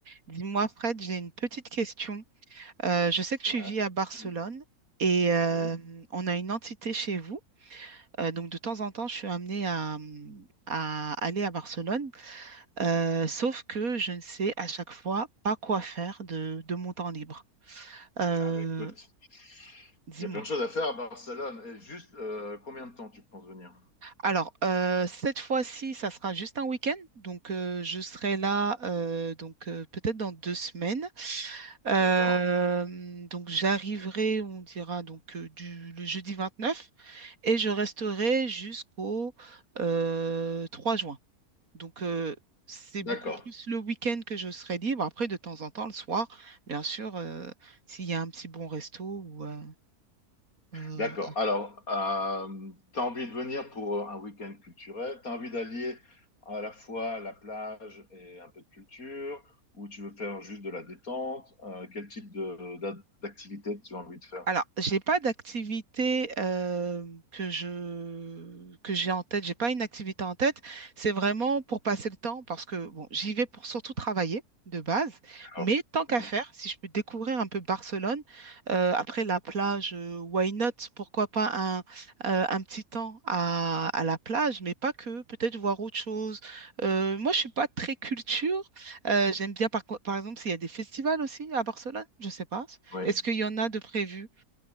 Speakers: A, on the right (about 65°); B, on the left (about 65°).
A: Dis-moi, Fred, j'ai une petite question. Euh, je sais que tu
B: Ouais,
A: vis à Barcelone
B: oui,
A: et euh,
B: oui.
A: on a une entité chez vous. Euh, donc, de temps en temps, je suis amenée à, hum, à aller à Barcelone, Euh, sauf que je ne sais à chaque fois pas quoi faire de, de mon temps libre. Euh,
B: Ah bah écoute,
A: dis-moi.
B: il y a plein de choses à faire à Barcelone. Et juste, euh, combien de temps tu penses venir?
A: Alors, euh, cette fois-ci, ça sera juste un week-end. Donc, euh, je serai là euh, donc euh, peut-être dans deux semaines. Euh,
B: D'accord?
A: donc, j'arriverai, on dira, donc euh, du, le jeudi neuf et je resterai jusqu'au euh, 3 juin. Donc, euh, c'est
B: D'accord,
A: beaucoup plus le week-end que je serai libre. Après, de temps en temps, le soir, bien sûr, euh, s'il y a un petit bon resto ou euh, euh,
B: d'accord. Alors, euh, tu as envie de venir pour un week-end culturel? Tu as envie d'allier à la fois la plage et un peu de culture? Ou tu veux faire juste de la détente? Euh, quel type de, d'a- d'activité tu as envie de faire?
A: Alors, j'ai pas d'activité euh, que je que j'ai en tête. J'ai pas une activité en tête. C'est vraiment pour passer le temps parce que bon, j'y vais pour surtout travailler de base.
B: D'accord.
A: Mais tant qu'à
B: Mhm.
A: faire, si je peux découvrir un peu Barcelone euh, après la plage, euh, why not? Pourquoi pas un euh, un petit temps à à la plage, mais pas que. Peut-être voir autre chose. Euh, moi, je suis pas très culture. Euh, j'aime bien par co- par exemple s'il y a des festivals aussi à Barcelone. Je sais pas.
B: Oui.
A: Est-ce qu'il y en a de prévus?